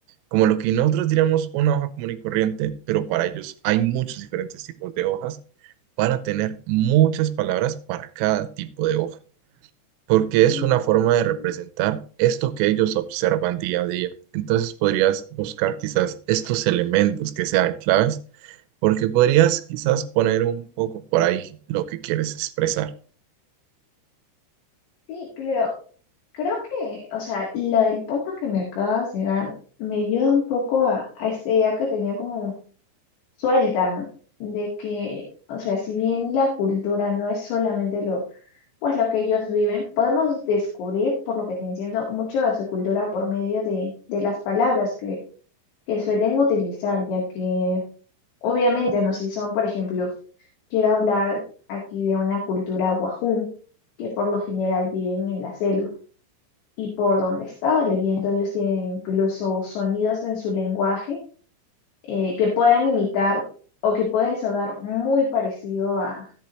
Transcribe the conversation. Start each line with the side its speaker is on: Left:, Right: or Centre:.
Right: como lo que nosotros diríamos una hoja común y corriente, pero para ellos hay muchos diferentes tipos de hojas, para tener muchas palabras para cada tipo de hoja porque es
Left: Mm,
Right: una forma de representar esto que ellos observan día a día. Entonces podrías buscar quizás estos elementos que sean claves, porque podrías quizás poner un poco por ahí lo que quieres expresar.
Left: Sí, creo, creo que, o sea, la, el punto que me acabas de dar me ayuda un poco a, a esta idea que tenía como suelta, ¿no? De que, o sea, si bien la cultura no es solamente lo, pues lo que ellos viven, podemos descubrir, por lo que te entiendo, mucho de su cultura por medio de, de las palabras que, que suelen utilizar, ya que Obviamente, no si son, por ejemplo, quiero hablar aquí de una cultura wajún, que por lo general viven en la selva. Y por donde estaba leyendo, ellos tienen incluso sonidos en su lenguaje eh, que pueden imitar o que pueden sonar muy parecido a,